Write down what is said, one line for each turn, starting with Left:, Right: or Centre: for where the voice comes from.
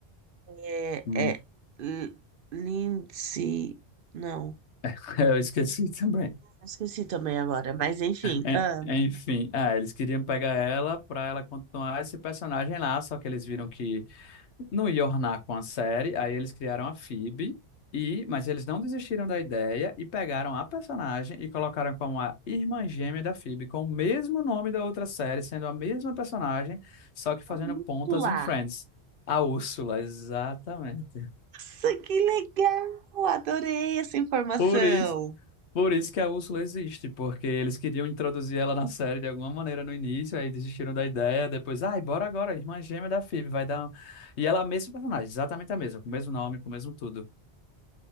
Right: É,
Left: Hum,
Right: é L- Lindsay. Não,
Left: <laughs> Eu esqueci também.
Right: esqueci também agora, mas enfim.
Left: En-
Right: Ah,
Left: Enfim, ah, eles queriam pegar ela para ela continuar esse personagem lá, só que eles viram que não ia ornar com a série, aí eles criaram a Phoebe, e, mas eles não desistiram da ideia e pegaram a personagem e colocaram como a irmã gêmea da Phoebe, com o mesmo nome da outra série, sendo a mesma personagem, só que fazendo
Right: vamos
Left: pontas
Right: lá.
Left: em Friends. A Úrsula, exatamente.
Right: Nossa, que legal! Adorei essa informação.
Left: Por isso, por isso que a Úrsula existe, porque eles queriam introduzir ela na série de alguma maneira no início, aí desistiram da ideia, depois, ai, bora agora, irmã gêmea da Phoebe, vai dar. um-" E ela é a mesma personagem, exatamente a mesma, com o mesmo nome, com o mesmo tudo.